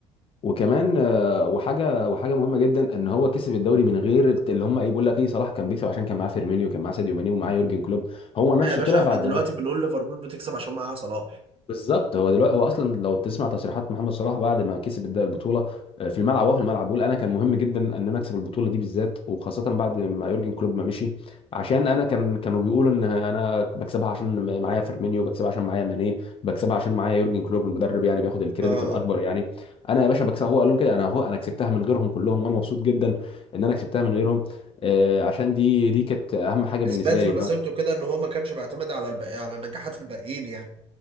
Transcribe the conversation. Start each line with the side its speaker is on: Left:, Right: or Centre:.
Left: وكمان آه، وحاجه وحاجه مهمه جدا ان هو كسب الدوري من غير اللي هم ايه بيقول لك ايه صلاح كان بيكسب عشان كان معاه فيرمينيو كان معاه ساديو ماني ومعاه يورجن كلوب هو نفسه
Right: آه يا باشا
Left: طلع
Right: احنا
Left: بعد
Right: دلوقتي
Left: ما
Right: بنقول ليفربول بتكسب عشان معاها صلاح
Left: بالظبط هو دلوقتي هو اصلا لو تسمع تصريحات محمد صلاح بعد ما كسب الد- البطوله آه، في الملعب هو في الملعب بيقول انا كان مهم جدا ان انا اكسب البطوله دي بالذات وخاصه بعد ما يورجن كلوب ما مشي عشان انا كان كانوا بيقولوا ان انا بكسبها عشان معايا فيرمينيو بكسبها عشان معايا ماني بكسبها عشان معايا يورجن كلوب المدرب يعني بياخد الكريدت
Right: اه
Left: الاكبر
Right: اه
Left: يعني انا يا باشا بكسبها هو قال لهم كده انا هو انا كسبتها من غيرهم كلهم وانا مبسوط جدا ان انا كسبتها من غيرهم آه، عشان دي دي كانت اهم حاجه بالنسبه
Right: اثبات في
Left: لي
Right: مسيرته
Left: ان
Right: كده ان هو ما كانش بيعتمد على الباقي على نجاحات الباقيين يعني